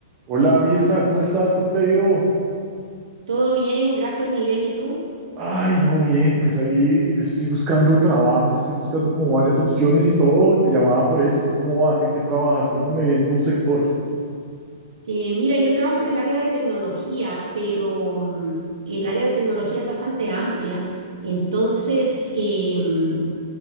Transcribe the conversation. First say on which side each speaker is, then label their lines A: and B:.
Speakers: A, on the right; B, on the right.
A: Hola Mirza, ¿cómo estás? ¿Cómo te ha ido?
B: Todo bien, gracias Miguel. ¿Y tú?
A: Ay, no, bien, pues ahí yo estoy buscando trabajo, estoy buscando como varias opciones y todo, te llamaba por eso, ¿tú cómo vas? ¿En qué trabajas? Cuéntame bien tu sector.
B: Eh, mira, yo trabajo en el área de tecnología, pero mm, el área de tecnología es bastante amplia, entonces eh, mm,